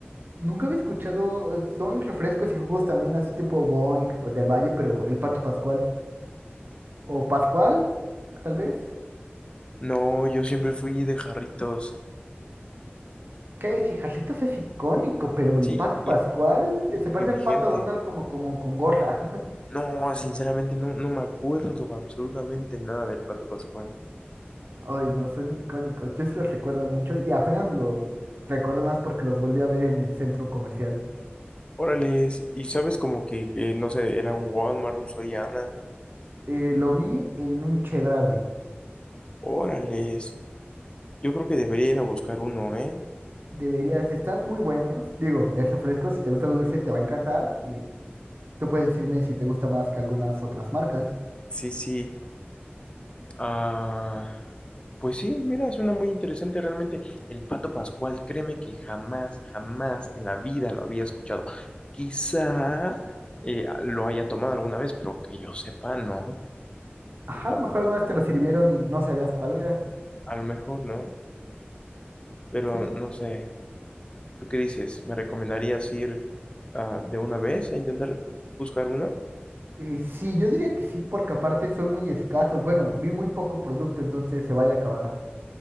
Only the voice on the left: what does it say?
No, yo siempre fui de jarritos.
Sí,
y, y
sigue
vigente.
No, sinceramente no, no me acuerdo absolutamente nada del pato Pascual.
Órales, y sabes como que, eh, no sé, era un Walmart, un Soriana.
Órales, yo creo que debería ir a buscar uno, ¿eh?
Sí, sí. Ah, pues sí, mira, suena muy interesante realmente. El Pato Pascual, créeme que jamás, jamás en la vida lo había escuchado. Quizá eh, lo haya tomado alguna vez, pero que yo sepa, no.
El Pato
Pascual.
A lo mejor, ¿no? Pero
no sé. ¿Tú qué dices? ¿Me recomendarías ir ah, de una vez a intentar buscar uno?